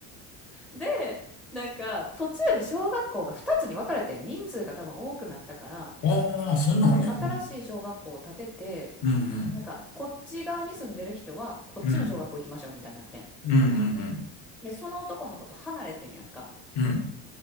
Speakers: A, in the centre; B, on the left.
A: う。で、なんか、途中で小学校が2つに分かれてん、人数が多分多くなったから、
B: <laughs> ああ、そんなんね。
A: 新しい小学校を建てて、
B: うんうん。
A: なんか、こっち側に住んでる人は、こっちの小学校行きましょうみたいになってん。
B: うんうん。うんうんうん。
A: で、その男の子と離れてんやんか。
B: うん。